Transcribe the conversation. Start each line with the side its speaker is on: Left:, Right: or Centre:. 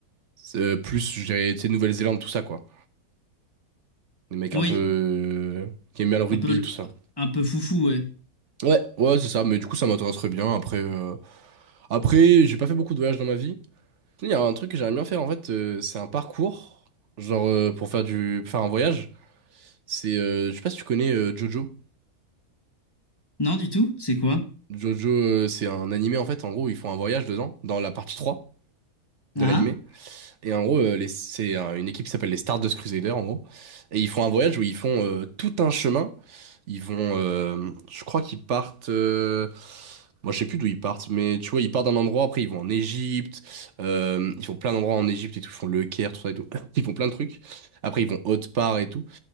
Right: c'est, euh, plus, je dirais, tu sais, Nouvelle-Zélande, tout ça, quoi. Des mecs
Left: Oui.
Right: un
Left: Oui.
Right: peu, euh, qui aiment bien le rugby,
Left: Un peu, le-
Right: tout ça.
Left: un peu foufou, ouais.
Right: Ouais, ouais, c'est ça, mais du coup, ça m'intéresserait bien. Après, euh, après, j'ai pas fait beaucoup de voyages dans ma vie. Il y a un truc que j'aimerais bien faire en fait, euh, c'est un parcours, genre euh, pour faire du faire un voyage. C'est, euh, je sais pas si tu connais euh, Jojo.
Left: Non, du tout. C'est quoi?
Right: Jojo, euh, c'est un animé en fait, en gros, ils font un voyage dedans, dans la partie 3 de
Left: Ah,
Right: l'animé. Et en gros, euh, les- c'est euh, une équipe qui s'appelle les Stardust Crusaders, en gros. Et ils font un voyage où ils font euh, tout un chemin. Ils vont, euh, je crois qu'ils partent. euh, moi, je sais plus d'où ils partent, mais tu vois, ils partent d'un endroit. Après, ils vont en Égypte. euh, ils font plein d'endroits en Égypte et tout. Ils font le Caire, tout ça et tout. <laughs> Ils font plein de trucs. Après, ils vont haute part et tout.